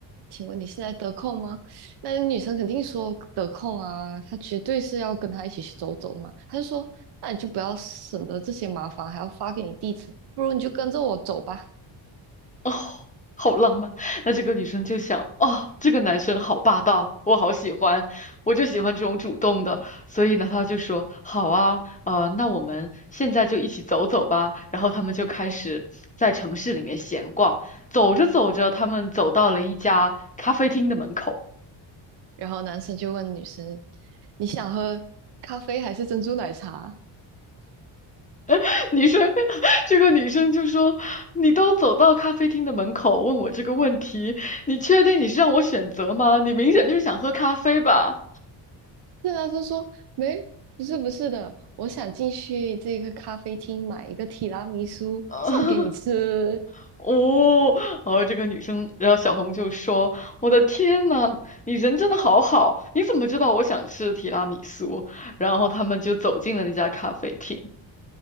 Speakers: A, on the right; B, on the left.
A: 请问你现在得空吗？”那女生肯定说得空啊，她绝对是要跟他一起去走走的嘛。他就说：“那你就不要省得这些麻烦，还要发给你地址，不如你就跟着我走吧。”
B: 哦，好浪漫。那这个女生就想，哦，这个男生好霸道，我好喜欢，我就喜欢这种主动的。所以呢，她就说，好啊，呃，那我们现在就一起走走吧。然后他们就开始在城市里面闲逛，走着走着，他们走到了一家咖啡厅的门口。
A: 然后男生就问女生：“你想喝咖啡还是珍珠奶茶？”
B: <laughs> 女生，<laughs> 这个女生就说：“你都走到咖啡厅的门口，问我这个问题，你确定你是让我选择吗？你明显就是想喝咖啡吧？”
A: 对啊，他说没，不是不是的，我想进去这个咖啡厅买一个提拉米苏送给你吃。
B: <laughs> 哦，然后这个女生，然后小红就说：“我的天呐，你人真的好好，你怎么知道我想吃提拉米苏？”然后他们就走进了那家咖啡厅。